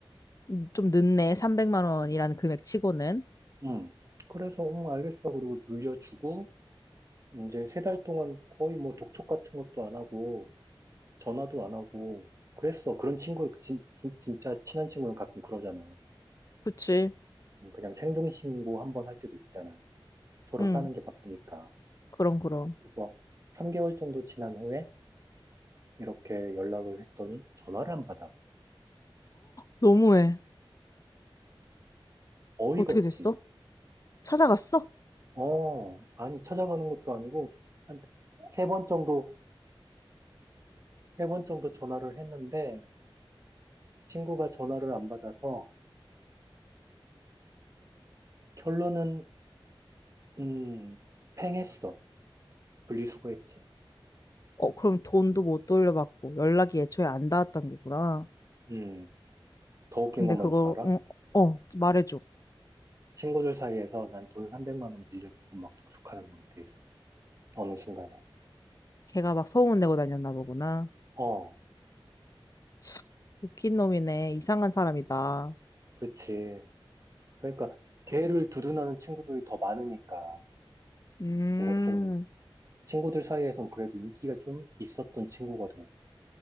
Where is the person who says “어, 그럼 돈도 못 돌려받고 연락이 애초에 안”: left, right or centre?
Left